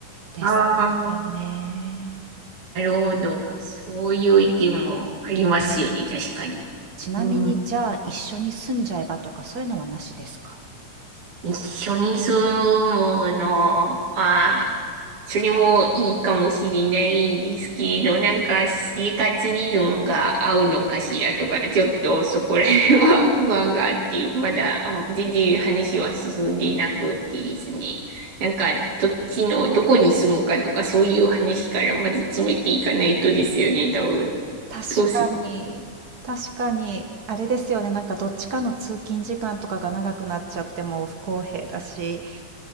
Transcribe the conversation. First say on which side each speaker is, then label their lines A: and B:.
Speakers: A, on the right; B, on the right.
A: ですかね。
B: ああー、なるほど。そういう意見もありますよね、確かに。
A: ちなみに、
B: うん
A: じゃあ一緒に住んじゃえばとかそういうのはなしですか
B: 一緒に住むのは、それもいいかもしれないんですけど、なんか生活リズムが合うのかしらとか、ちょっとそこら辺は <laughs> 不安があって、まだあの全然話は進んでいなくてですね。なんかどっちの、どこに住むかとか、そういう話からまず詰めていかないとですよね、多分。
A: 確かに、
B: どうせ。
A: 確かに、あれですよね、なんかどっちかの通勤時間とかが長くなっちゃっても不公平だし、